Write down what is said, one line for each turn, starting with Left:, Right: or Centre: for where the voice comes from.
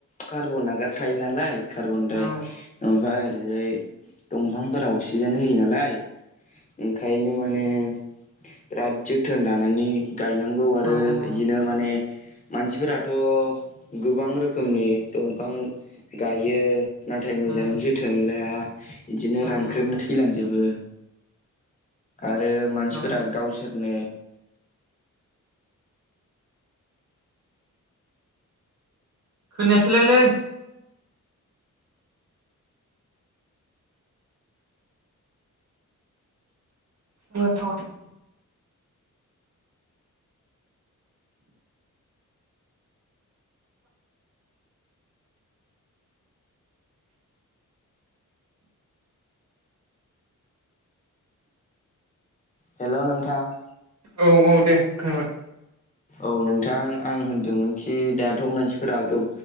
Left: कार्बन नागारखायो नालाय कार्बनदाय
Right: औ
Left: ओमफाय ओरैजाय दंफांफोरा अक्सिजेन होयो नालाय ओंखायनो माने बिराद जो थोन लानानै गायनांगौ आरो
Right: औ उम
Left: इदिनो माने मानसिफोराथ' गोबां रोखोमनि दंफां गायो नाथाय मोजाङै
Right: उम
Left: जोथोन लाया इदिनो
Right: उम
Left: रानख्रेबना थैलांजोबो। आरो मानसिफोरा
Right: नंगौ
Left: गावसोरनो
Right: खोनायासैलायलै। <unintelligible>
Left: <inaudible> हेल' नोंथां।
Right: औ औ दे खोनाबाय।
Left: औ नोंथां आं होनदोंमोन खि दाथ' मानसिफोरा गो